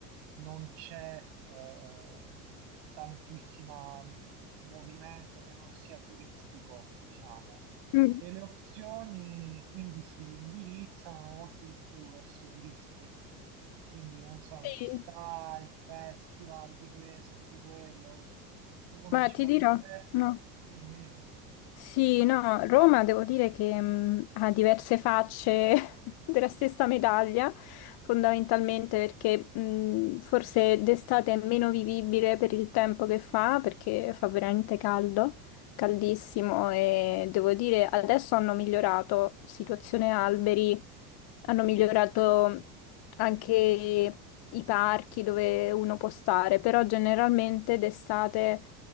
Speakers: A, on the right (about 60°); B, on the left (about 50°).
A: non c'è eh, tantissimo movimento che non sia turistico, diciamo
B: mm,
A: e le opzioni quindi si indirizzano molto di più verso i turisti. Quindi non so, non
B: Sì,
A: ci sta il festival di questo, di quello. Tu conosci
B: ma ti
A: qualche
B: dirò,
A: festival?
B: no.
A: Dimmi, dimmi.
B: Sì, no, Roma devo dire che mh, ha diverse facce <laughs> della stessa medaglia, fondamentalmente perché mh, forse d'estate è meno vivibile per il tempo che fa, perché fa veramente caldo, caldissimo e devo dire adesso hanno migliorato situazione alberi, hanno migliorato anche i parchi dove uno può stare, però generalmente d'estate...